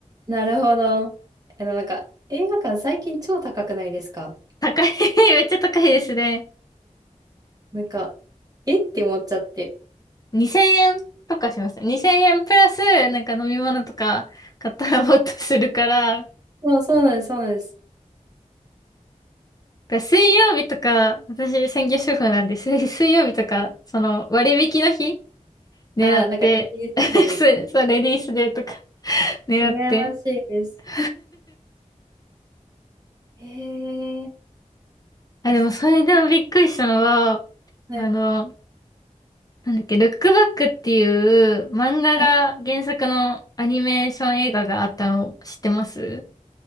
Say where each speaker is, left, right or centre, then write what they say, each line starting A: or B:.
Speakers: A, on the right; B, on the left.
A: なるほど。あの、なんか、映画館最近超高くないですか
B: 高い、<laughs> めっちゃ高いですね。
A: なんか、えって思っちゃって。
B: 2000円とかしました。2000円プラス、なんか飲み物とか買ったらもっとするから、
A: そう、そうなんです、そうなんです。
B: だから水曜日とか、私専業主婦なんです、<laughs> 水曜日とか、その割引の日狙って、
A: ああ、なんかレディースデーみたいな。
B: <laughs> そうそうレディースデーとか狙って。
A: 羨ましいです。
B: <laughs>
A: へえ。
B: あ、
A: あ、
B: でもそれでもびっくりしたのは、
A: すはい。
B: あの、なんだっけ、ルックバックっていう漫画が原作のアニメーション映画があったの知ってます
A: はい